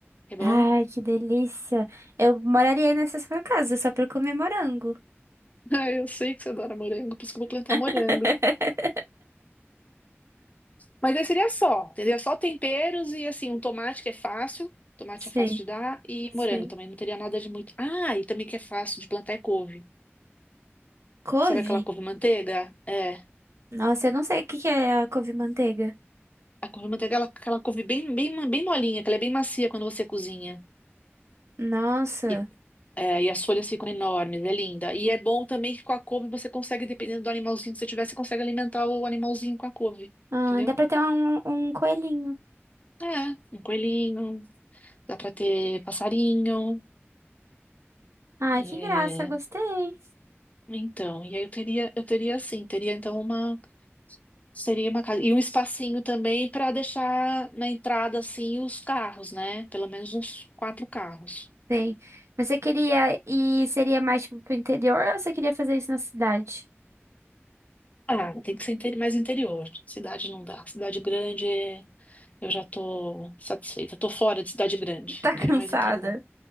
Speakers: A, on the left; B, on the right.
A: Que É bom?
B: Ai,
A: <laughs>
B: que delícia. Eu moraria aí nessa sua casa só pra comer morango.
A: Ah, eu sei que você adora morango, por isso que eu vou plantar morango.
B: <laughs>
A: Mas aí seria só, entendeu? Só temperos e assim, um tomate que é fácil. Tomate
B: Sei,
A: é fácil de dar. E
B: sei.
A: morango também, não teria nada de muito. Ah, e também que é fácil de plantar é couve.
B: Couve?
A: Sabe aquela couve-manteiga? É.
B: Nossa, eu não sei o que que é a couve-manteiga.
A: A couve de manteiga, ela, aquela couve bem, bem, bem molinha, que ela é bem macia quando você cozinha.
B: Nossa.
A: E, é, e as folhas ficam enormes, é linda. E é bom também que com a couve você consegue, dependendo do animalzinho que você tiver, você consegue alimentar o animalzinho com a couve,
B: Ah,
A: entendeu?
B: dá pra ter um, um coelhinho.
A: É, um coelhinho, dá pra ter passarinho.
B: Ai,
A: é,
B: que graça, gostei.
A: Então, e aí eu teria, eu teria assim, teria então uma, seria uma casa. E um espacinho também para deixar na entrada, assim, os carros, né? Pelo menos uns quatro carros.
B: Sim. Mas você queria ir, seria mais tipo pro interior ou você queria fazer isso na cidade?
A: Ah, tem que ser interi- mais interior. Cidade não dá. Cidade grande, é, eu já tô satisfeita. Tô fora de cidade grande.
B: <laughs> Tá cansada?
A: Quero mais interior.